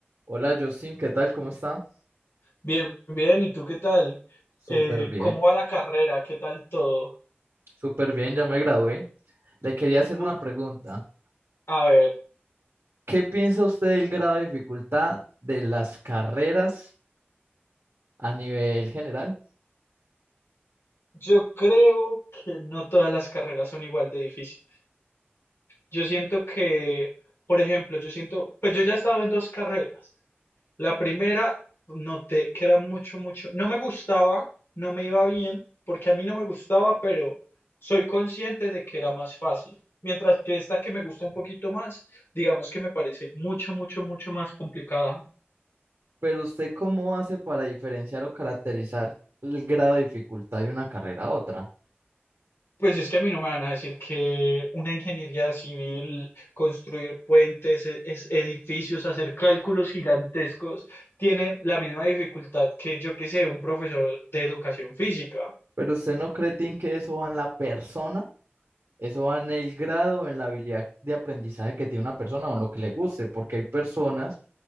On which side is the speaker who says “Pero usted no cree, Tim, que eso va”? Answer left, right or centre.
Right